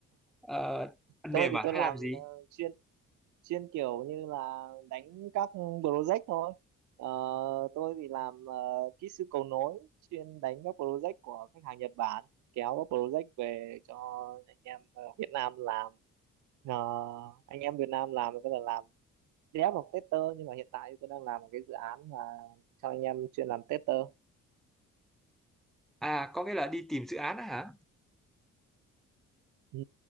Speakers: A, in the centre; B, on the right.
A: ờ, phần
B: tôi
A: mềm
B: thì
A: à
B: tôi
A: hay
B: làm
A: làm gì?
B: ờ, chuyên chuyên kiểu như là đánh các project thôi Ờ, tôi thì làm uh, kỹ sư cầu nối chuyên đánh các project của khách hàng Nhật Bản kéo các project về cho anh em ở Việt Nam làm Ờ, anh em Việt Nam làm thì có thể làm dev hoặc tester nhưng mà hiện tại tôi đang làm một cái dự án mà cho anh em chuyên làm tester
A: À, có nghĩa là đi tìm dự án á hả?
B: Ừ,